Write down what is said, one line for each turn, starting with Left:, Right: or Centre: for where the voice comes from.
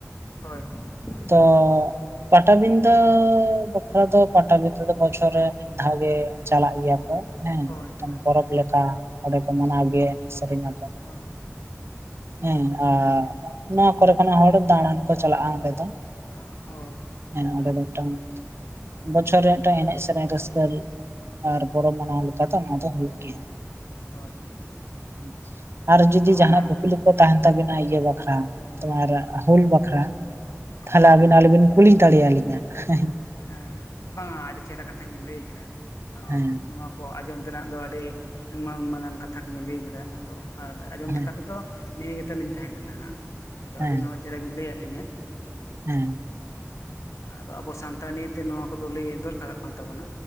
Left: ᱦᱳᱭ ᱦᱳᱭ᱾
Right: ᱛᱚ ᱯᱟᱴᱟ ᱵᱤᱱᱫᱟᱹ ᱵᱟᱠᱷᱨᱟ ᱫᱚ ᱯᱟᱴᱟ ᱵᱤᱱᱫᱟᱹ ᱫᱚ ᱵᱚᱪᱷᱚᱨ ᱨᱮ ᱼᱼ ᱢᱤᱫ ᱫᱷᱟᱣ ᱜᱮ ᱪᱟᱞᱟᱜ ᱜᱮᱭᱟ ᱠᱚ᱾ ᱦᱮᱸ
Left: ᱦᱳᱭ
Right: ᱢᱤᱫᱴᱟᱝ
Left: ᱦᱳᱭ
Right: ᱯᱚᱨᱚᱵᱽ
Left: ᱦᱳᱭ ᱦᱳᱭ
Right: ᱞᱮᱠᱟ ᱚᱸᱰᱮ ᱠᱚ ᱢᱟᱱᱟᱣ ᱜᱮᱭᱟ
Left: ᱦᱳᱭ
Right: ᱮᱱᱮᱡ ᱥᱮᱨᱮᱧᱟ ᱠᱚ᱾ <inaudible>
Left: ᱦᱳᱭ
Right: ᱦᱮᱸ ᱟᱨ ᱱᱚᱶᱟ ᱠᱚᱨᱮ ᱠᱷᱚᱱᱟᱜ ᱦᱚᱲ ᱫᱟᱬᱟᱱ ᱠᱚ ᱪᱟᱞᱟᱜ-ᱟ ᱚᱸᱰᱮ ᱫᱚ᱾
Left: ᱦᱚᱭ ᱦᱚᱭ᱾
Right: ᱦᱮᱸ ᱚᱱᱰᱮ ᱫᱚ ᱢᱤᱫᱴᱟᱝ᱾ ᱵᱚᱪᱷᱚᱨ ᱨᱮ ᱢᱤᱫᱴᱟᱝ
Left: ᱦᱳᱭ
Right: ᱮᱱᱮᱡ ᱥᱮᱨᱮᱧ ᱨᱟᱹᱥᱠᱟᱹᱞ ᱟᱨ ᱯᱚᱨᱚᱵᱽ ᱢᱟᱱᱟᱣ ᱞᱮᱠᱟ ᱛᱮ ᱚᱱᱟ ᱫᱚ ᱦᱩᱭᱩᱜ ᱜᱮᱭᱟ᱾
Left: <inaudible> ᱦᱚᱭ᱾
Right: <inaudible> ᱦᱩᱸ᱾ ᱟᱨ ᱡᱩᱫᱤ
Left: ᱚᱱᱟ
Right: ᱡᱟᱦᱟᱸ ᱠᱩᱠᱞᱤ ᱠᱚ ᱛᱟᱦᱮᱱ ᱛᱟᱹᱵᱤᱱᱟ ᱤᱭᱟᱹ ᱵᱟᱠᱷᱨᱟ ᱛᱚ ᱟᱨ ᱦᱩᱞ ᱵᱟᱠᱷᱨᱟᱼᱼ
Left: ᱦᱳᱭ
Right: ᱛᱷᱟᱦᱚᱞᱮ ᱟᱵᱤᱱ
Left: ᱦᱳᱭ
Right: ᱟᱞᱤᱧ ᱵᱤᱱ ᱠᱩᱞᱤ ᱫᱟᱲᱮ ᱭᱟᱞᱤᱧᱟ, ᱦᱮᱸ ᱦᱮᱸ?
Left: ᱦᱮᱸ ᱦᱮᱸ᱾ ᱵᱟᱝᱟ ᱟᱰᱤ ᱪᱮᱦᱨᱟ ᱠᱟᱛᱷᱟ ᱜᱮ ᱵᱤᱱ ᱞᱟᱹᱭ ᱠᱟᱫᱟ᱾
Right: ᱦᱮᱸ᱾
Left: ᱱᱚᱣᱟ ᱠᱚ ᱟᱸᱡᱚᱢ ᱛᱮᱱᱟᱜ ᱫᱚ ᱟᱹᱰᱤ ᱢᱟᱹᱱ ᱢᱟᱱᱟᱱ ᱠᱟᱛᱷᱟ ᱜᱮ ᱵᱤᱱ ᱞᱟᱹᱭ ᱠᱮᱫᱟ ᱟᱫᱚᱼᱼ ᱟᱨ ᱟᱸᱡᱚᱢ
Right: ᱦᱮᱸ
Left: ᱞᱮᱠᱟ ᱛᱮᱫᱚ ᱱᱤᱭᱟᱹ ᱜᱮᱛᱟ ᱞᱤᱧ ᱛᱟᱦᱮᱸ ᱠᱟᱱᱟ ᱦᱟᱸᱜ ᱟᱫᱚ
Right: ᱦᱮᱸ
Left: ᱟᱹᱵᱤᱱ ᱦᱚᱸ ᱟᱰᱤ ᱪᱮᱦᱨᱟ ᱵᱤᱱ ᱞᱟᱹᱭᱟᱫ ᱞᱤᱧᱟ᱾ᱹ
Right: ᱦᱮᱸ᱾
Left: ᱟᱫᱚ ᱟᱵᱚ ᱥᱟᱱᱛᱟᱲ ᱱᱤᱭᱟᱹ ᱛᱮ ᱱᱚᱣᱟ ᱠᱚᱫᱚ ᱞᱟᱹᱭ ᱫᱚᱨᱠᱟᱨᱚᱜ ᱠᱟᱱ ᱛᱟᱵᱚᱱᱟ᱾